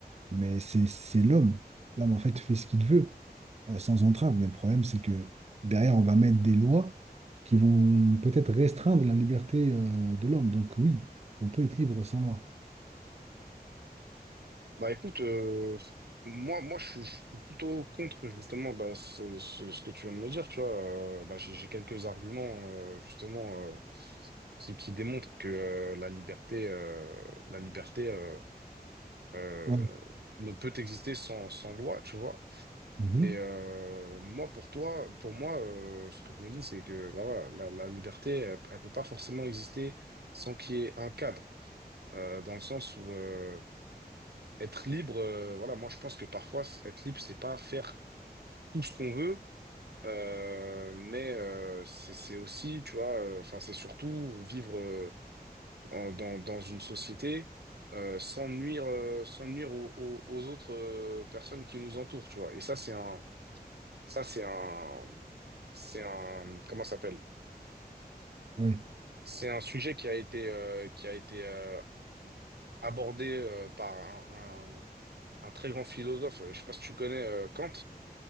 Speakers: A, on the right; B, on the right.
A: Mais c'est, c'est l'homme. L'homme, en fait, fait ce qu'il veut euh, sans entrave. Mais le problème, c'est que derrière, on va mettre des lois qui vont peut-être restreindre la liberté euh, de l'homme. Donc oui, on peut être libre sans loi.
B: Bah écoute, euh, moi, moi je, suis je suis plutôt contre justement bah, ce, ce- ce que tu viens de me dire, tu vois. Euh, bah, j'ai j'ai quelques arguments euh, justement euh, qui, qui démontrent que euh, la liberté, euh, la liberté euh, euh,
A: Ouais.
B: ne peut exister sans, sans loi, tu vois.
A: Mhm.
B: Et euh, moi, pour toi, pour moi, euh, ce que je me dis, c'est que bah, voilà, la, la liberté, elle, elle peut pas forcément exister sans qu'il y ait un cadre, euh, dans le sens où euh, être libre, euh, voilà, moi je pense que parfois c- être libre, c'est pas faire tout ce qu'on veut, euh, mais euh, c'est c'est aussi, tu vois, euh, enfin c'est surtout vivre euh, en- dans, dans une société euh, sans nuire, euh, sans nuire aux, aux- aux autres euh, personnes qui nous entourent, tu vois. Et ça c'est un, ça c'est un, c'est un, comment ça s'appelle?
A: Ouais.
B: C'est un sujet qui a été, euh, qui a été euh, abordé euh, par un, un- un très grand philosophe. euh, Je sais pas si tu connais euh, Kant.